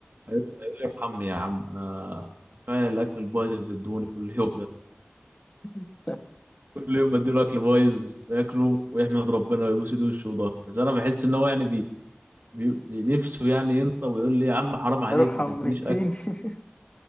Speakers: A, on the right; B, on the left.
A: هيقول هيقول لي ارحمني يا عم انا كفايه الاكل البايظ اللي بتدوني كل يوم ده
B: <laughs>
A: كل يوم بديله اكل بايظ وياكله ويحمد ربنا ويبوس ايده وشه وضهره بس انا بحس ان هو يعني بي... بي... بي- نفسه يعني ينطق ويقول لي يا عم حرام عليك
B: ارحم
A: ما تدينيش
B: ميتين
A: اكل
B: <laughs>